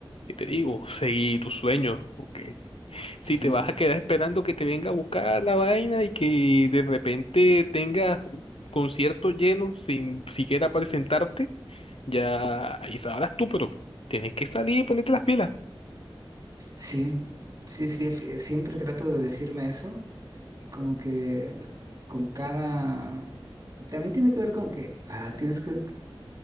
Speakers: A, on the left; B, on the right.
A: ¿qué te digo? Seguir tus sueños, porque
B: Sí.
A: si te vas a quedar esperando que te venga a buscar la vaina y que de repente tengas conciertos llenos sin siquiera presentarte, ya ahí sabrás tú, pero tienes que salir y ponerte las pilas.
B: Sí, sí, sí, efe- siempre trato de decirme eso y como que con cada... También tiene que ver con que ah, tienes que